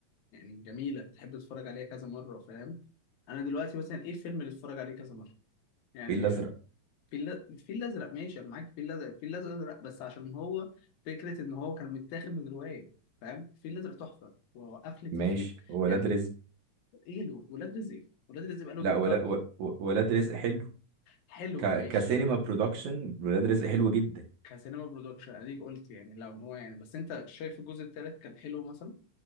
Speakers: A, on the left (about 80°); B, on the right (about 85°).
A: يعني جميله بتحب تتفرج عليها كذا مره فاهم انا دلوقتي مثلا ايه الفيلم اللي اتفرج عليه كذا مره يعني
B: الفيل الازرق
A: الفيل الفيل الازرق ماشي انا معاك الفيل الازرق الفيل الازرق بس عشان هو فكره ان هو كان متاخد من روايه فاهم الفيل الازرق تحفه وقفله الفيل
B: ماشي ولاد
A: يعني
B: رزق
A: ايه له ولاد رزق ولاد رزق بقاله
B: لا
A: بيتكرر
B: ولا و- و- ولاد رزق حلو
A: حلو
B: ك
A: ماشي
B: كسينما برودكشن ولاد رزق حلو جدا
A: كسينما برودكشن اديك قلت يعني لو هو يعني بس انت شايف الجزء الثالث كان حلو مثلا